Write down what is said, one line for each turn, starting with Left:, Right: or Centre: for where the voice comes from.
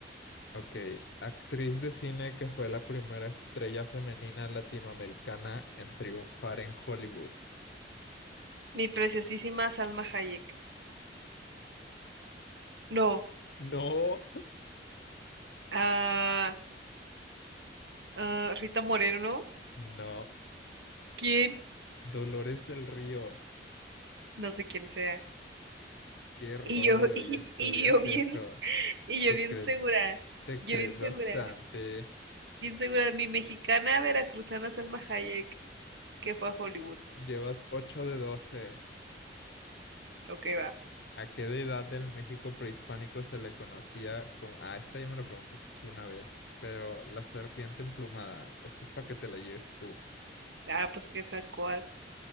Left: Ok, actriz de cine que fue la primera estrella femenina latinoamericana en triunfar en Hollywood.
Right: Mi preciosísima Salma Hayek. No,
Left: No,
Right: ah, ah, Rita Moreno,
Left: no,
Right: ¿quién?
Left: Dolores del Río,
Right: No sé quién sea.
Left: qué rollo,
Right: Y yo, <laughs> y,
Left: y estudias
Right: y yo bien,
Left: eso.
Right: y
Left: Te
Right: yo bien
Left: crees,
Right: segura,
Left: te
Right: yo
Left: crees
Right: bien segura,
Left: bastante.
Right: bien segura, mi mexicana veracruzana Salma Hayek, que fue a Hollywood.
Left: Llevas ocho de doce.
Right: Ok, va.
Left: ¿A qué deidad del México prehispánico se le conocía como... Ah, esta ya me la preguntaste tú una vez, pero la serpiente emplumada, esta es para que te la lleves tú.
Right: Ah, pues Quetzalcóatl.